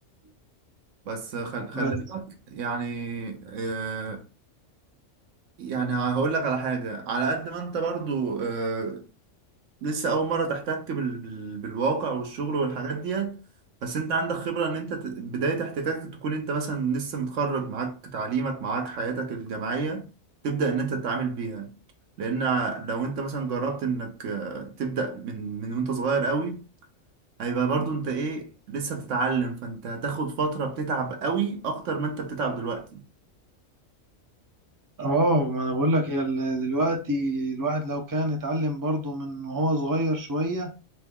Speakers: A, on the right; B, on the right.
A: بس خل... خلي
B: بس
A: بالك يعني آه يعني هقول لك على حاجة على قد ما انت برضو آه لسه اول مره تحتك بال... بال... بالواقع والشغل والحاجات ديت بس انت عندك خبره ان انت ت- بدايه احتكاكك تكون انت مثلا لسه متخرج معاك تعليمك معاك حياتك الجامعيه تبدا ان انت تتعامل بيها لان ع- لو انت مثلا جربت انك آه، تبدا من من وانت صغير قوي هيبقى برضو انت ايه لسه بتتعلم فانت هتاخد فتره بتتعب قوي اكتر ما انت بتتعب دلوقتي
B: اه ما انا بقول لك هي ال- دلوقتي الواحد لو كان اتعلم برضه من وهو صغير شويه